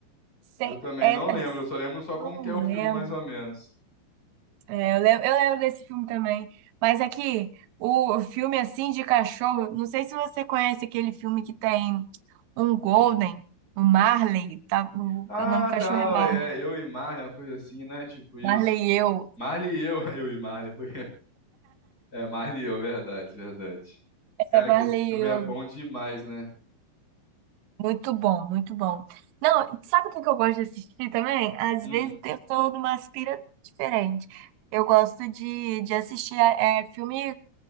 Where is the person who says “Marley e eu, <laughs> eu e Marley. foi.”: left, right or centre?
Left